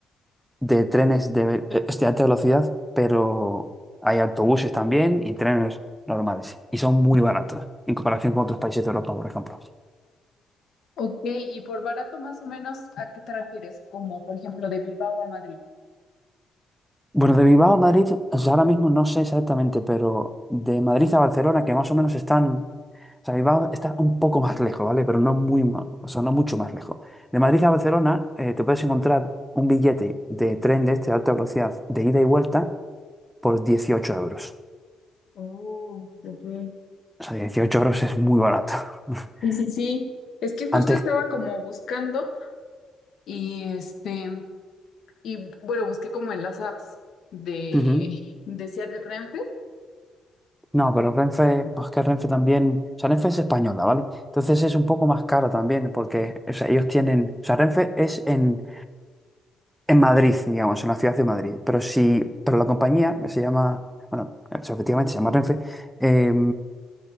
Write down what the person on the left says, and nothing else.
Ok, y por barato más o menos, ¿a qué te refieres? Como por ejemplo de Bilbao a Madrid.
Oh, ok.
Sí, sí, sí. Es que justo
estaba como buscando y este, Y bueno, busqué como en las apps de,
<laughs> decía de Renfe.